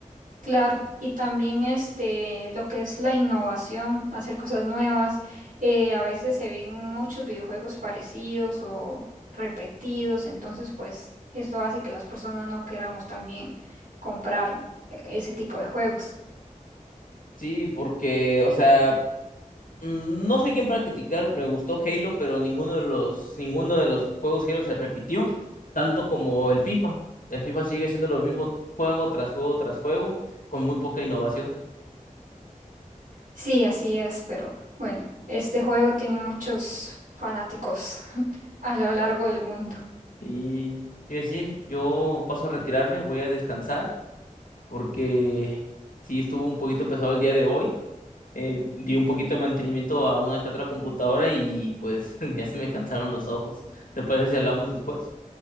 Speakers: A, on the right; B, on the left.
A: Claro, y también este, lo que es la innovación, hacer cosas nuevas. eh, a veces se ven muchos videojuegos parecidos o repetidos, entonces pues esto hace que las personas no queramos también comprar e- ese tipo de juegos.
B: Sí, porque, o sea, Mm, No sé quién para criticar, me gustó Halo, pero ninguno de los, ninguno de los juegos Halo se repitió, tanto como el FIFA. El FIFA sigue siendo lo mismo juego tras juego tras juego, con muy poca innovación.
A: Sí, así es, pero bueno, este juego tiene muchos fanáticos <laughs> a lo largo del mundo.
B: Y quiero decir, yo paso a retirarme, voy a descansar, porque sí estuvo un poquito pesado el día de hoy. Eh, di un poquito de mantenimiento a una que otra computadora y pues <laughs> ya se me cansaron los ojos. ¿Te parece si hablamos después?